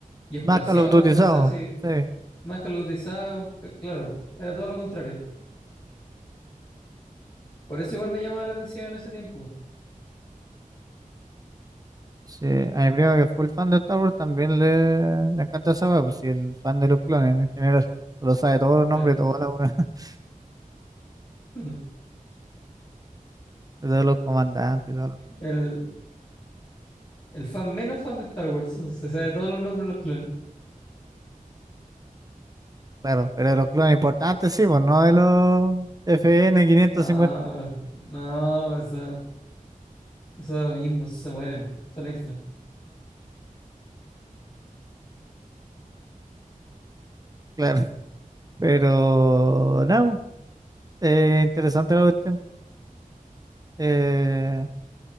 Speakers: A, on the left (about 35°); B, on the right (about 25°).
A: y explosión
B: Más Call of Dutyzado.
A: y cosas así.
B: Sí.
A: más que los cotizados, c- claro, era todo lo contrario. Por eso igual me llamaba la atención en ese tiempo,
B: Sí. A mi primo que es full fan de Star Wars también le, le encanta esa weá, pues sí, el fan de los clones en general. Lo sabe todos los nombres,
A: claro.
B: de todas las weas, <laughs>
A: <laughs>
B: de todos los comandantes y todo. lo-
A: El, el fan menos fan de Star Wars, <laughs> se sabe todos los nombres de los clones.
B: Claro, pero de los clones importantes sí, pues no de los FN novecientos
A: No, no, eso, eso da lo mismo, se mueren, son extras.
B: Claro, pero no, eh, interesante la cuestión. Eh,